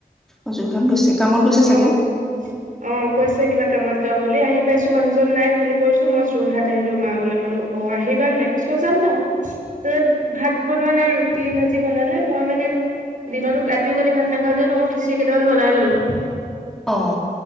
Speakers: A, in the centre; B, on the right (about 55°).
A: অ যোৰহাত গৈছে কামত গৈছে চাগে।
B: অ অ' কৈছে কিবা কামত যাওঁ বুলি। আহি পাইছোঁ মানুহজন নাই। ফোন কৰিছোঁ, মই যোৰহাট আহিলোঁ মা বোলে মই বোলো অ' অ' আহিবা নে নাই? কৈছে যাম - যাম। তত ভাত বনোৱা নাই ৰুটি ভাজি বনালে মই মানে। দিনতো ৰাতিও কালি ভাত নাখালো যে, মই খিচিৰি কেইটামান বনাই ললোঁ।
A: অ